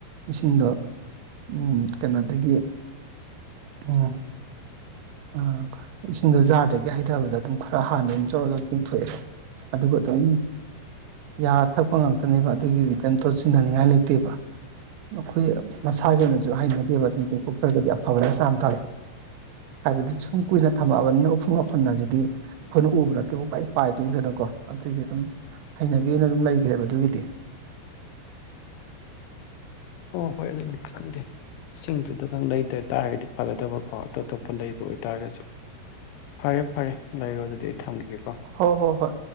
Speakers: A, on the right (about 80°); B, on the left (about 80°).
A: ꯏꯁꯤꯡꯗꯣ ꯎꯝ ꯀꯩꯅꯣꯗꯒꯤ ꯎꯝ ꯑꯥ ꯏꯁꯤꯡꯗꯣ ꯖꯥꯔꯗꯒꯤ ꯍꯩꯊꯕꯗ ꯑꯗꯨꯝ ꯈꯔ ꯍꯥꯟꯅ ꯖꯣꯔ ꯖꯣꯔ ꯇꯤꯡꯊꯣꯛꯑꯦꯕ ꯑꯗꯨꯒ ꯑꯗꯨꯝ ꯌꯥꯔ ꯊꯛꯄ ꯉꯥꯛꯇꯅꯦꯕ ꯑꯗꯨꯒꯤꯗꯤ ꯀꯟ <unintelligible> ꯆꯤꯡꯊꯅꯤꯡꯉꯥꯏ ꯂꯩꯇꯦꯕ ꯑꯩꯈꯣꯏ ꯃꯁꯥꯒꯤ ꯑꯣꯏꯅꯁꯨ ꯍꯩꯅꯗꯦꯕ ꯑꯗꯨꯝ ꯇꯦꯡꯊꯣꯛꯇ꯭ꯔꯒꯗꯤ ꯑꯐꯕꯅ ꯆꯥꯝ ꯊꯥꯗꯦ ꯍꯥꯏꯕꯗꯤ ꯁꯨꯝ ꯀꯨꯏꯅ ꯊꯝꯃꯛꯑꯕꯅꯤꯅ ꯎꯐꯨꯡ ꯃꯥꯄꯟ ꯑꯗꯨꯗꯤ ꯑꯩꯈꯣꯏꯅ ꯎꯕ ꯅꯠꯇꯦꯕꯨ ꯄꯨꯄꯥꯢ ꯄꯥꯏꯗꯣꯏꯅꯤꯅꯀꯣ ꯑꯗꯨꯒꯤ ꯑꯗꯨꯝ ꯍꯩꯅꯕꯤ ꯑꯣꯏꯅ ꯑꯗꯨꯝ ꯂꯩꯈ꯭ꯔꯦꯕ ꯑꯗꯨꯒꯤꯗꯤ
B: ꯍꯣ ꯍꯣꯏ ꯑꯗꯨꯗꯤ ꯈꯪꯗꯦ ꯏꯁꯤꯡꯗꯨꯗꯒꯪ ꯂꯩꯗ ꯇꯥꯔꯒꯗꯤ ꯐꯒꯗꯕꯀꯣ ꯑꯇꯣꯞ ꯑꯇꯣꯞꯄ ꯂꯩꯕ ꯑꯣꯏꯇꯥꯔꯒꯁꯨ ꯐꯔꯦ ꯐꯔꯦ ꯂꯩꯔꯣ ꯑꯗꯨꯗꯤ ꯑꯩ ꯊꯝꯒꯤꯒꯦꯀꯣ
A: ꯍꯣꯏ ꯍꯣꯏ ꯍꯣꯏ